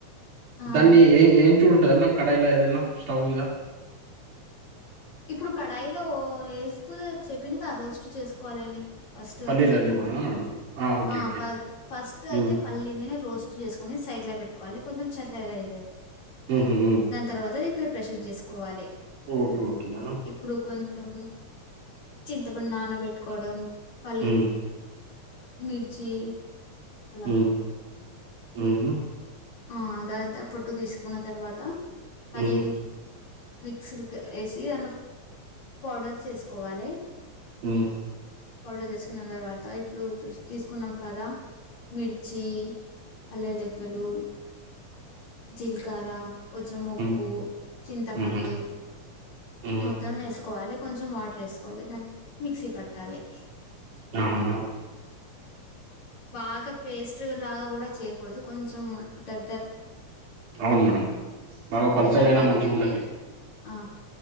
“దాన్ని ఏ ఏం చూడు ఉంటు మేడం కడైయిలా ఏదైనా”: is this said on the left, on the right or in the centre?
Right